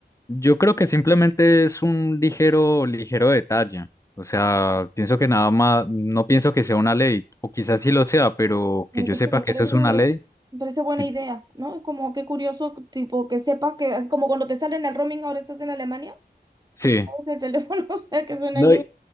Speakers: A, on the left; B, on the right.
A: Yo creo que simplemente es un ligero, ligero detalle. O sea, pienso que nada más, no pienso que sea una ley, o quizás sí lo sea, pero
B: En-
A: que yo
B: Es
A: sepa
B: que me parece,
A: que eso es una ley.
B: me parece buena
A: y-
B: idea, ¿no? Es como qué curioso, tipo, que sepas que es como cuando te sale en el roaming, ahora estás en Alemania,
A: Sí.
B: de teléfono, <laughs> o sea, que suena
A: No,
B: el himno.
A: y,